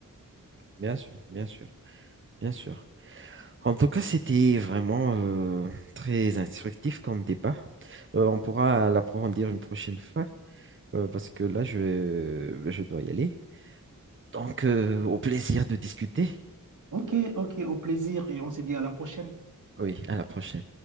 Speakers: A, on the right (about 35°); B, on the right (about 65°).
A: Bien sûr, bien sûr, bien sûr. En tout cas, c'était vraiment euh, très instructif comme débat. Euh, on pourra l'approfondir une prochaine fois euh, parce que là, je, vais- je dois y aller. Donc, euh, au plaisir de discuter.
B: Ok, ok, au plaisir et on se dit à la prochaine.
A: Oui, à la prochaine.